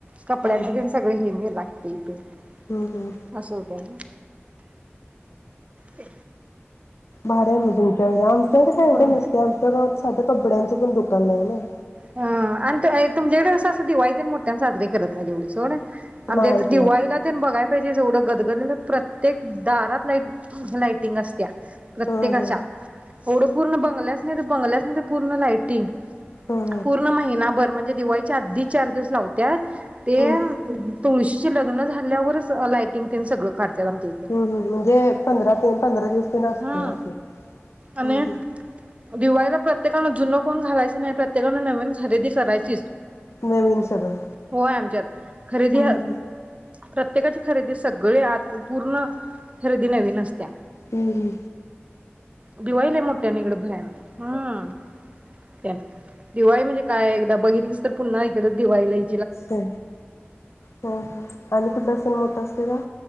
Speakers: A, on the right (about 30°); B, on the left (about 85°).
A: कपड्यांच
B: हम्म हम्म
A: तेन सगळं हेिमी लाग ती पेन
B: हम्म हम्म.
A: असं होतंय ना? ते
B: भारी आहे मी तुमच आम तेवड काय एवढं
A: हो ह
B: नसते आमच्या गावात साधं कपड्यांचं पण दुकान नाही आहे ना.
A: अ आणि तुमच्याकड असं असं दिवाळीत मोठ्यान साजरी करत नाही तेवढी सोड आमच्या
B: नाही
A: ईथ दिवाळीला
B: ते
A: ते न बघाय त्यादिस एवढं गदगद प्रत्येक दारात लाय लायटिंग अस त्या प्रत्येकाच्या
B: ह ह
A: एवढ पूर्ण ब बंगल्याच नाही तर बंगल्यास नाही तर पूर्ण लाइटिंग
B: ह ह हं
A: पूर्ण महिनाभर म्हण जे दिवाळीच्या आधी चार दिवस लावत्यात ते
B: हं
A: तुळशीचे लग्न झाल्यावरच लायटिंग तेन सगळ काढत्यात आमच्या इथलं
B: हं म्हणजे पंधरा ते पंधरा दिवस ते असते
A: हा
B: असे
A: आणि
B: हं हं
A: दिव पहिलं प्रत्येकानं जुनं कोण घालायच नाही प्रत्येकान नवीन खरेदी करायचीच
B: नवीन सगळं
A: होय आमच्यात खरेदी
B: हं हं
A: प्रत त्येकाची खरेदी सगळी आ पूर्ण खरेदी नवीन असतीया
B: हूं हूं
A: दिवाळी लय मोठ्यानं इकडं भयान हां दिवाळी म्हणजे काय एकदा बघितलीच तर पुन्हा इकड दिवाळीला ये
B: हो हो हो आणि कुठला सण मोठा अस <inaudible>